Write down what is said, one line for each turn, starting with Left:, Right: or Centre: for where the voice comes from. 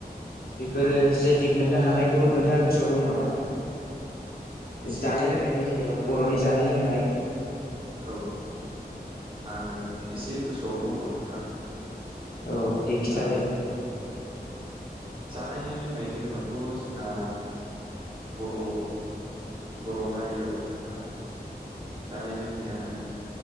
Left: बेफोरो
Right: औ नोंथां
Left: जि आइ टेक मोननो हानाय खौ नोंथाङा गोसोआव दं नामा?
Right: एसे
Left: जानाय लोंनायनि बेलायाव बर'नि
Right: ओ
Left: जानाय लोंनाय
Right: औ नोंथां आ एसे गोसोआव दङ नोंथां
Left: औ दे
Right: जोंहा
Left: खिथा दे
Right: जानाय लोंनाय होनोबाथ' जोंहा बर' बर' हारियाव जोंहा जानाय लोंनाया